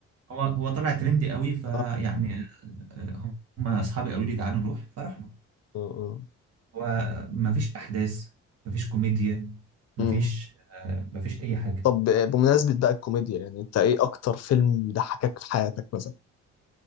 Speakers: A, on the right (about 55°); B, on the left (about 55°).
A: هو هو طلع ترندي قوي فيعني
B: آه.
A: آه، هم أصحابي قالوا لي تعالوا نروح فرحنا
B: اه اه
A: هو مفيش أحداث مفيش كوميديا مفيش
B: أمم.
A: آه، مفيش أي حاجة
B: طب بمناسبة بقى الكوميديا يعني انت ايه اكتر فيلم ضحكك في حياتك مثلا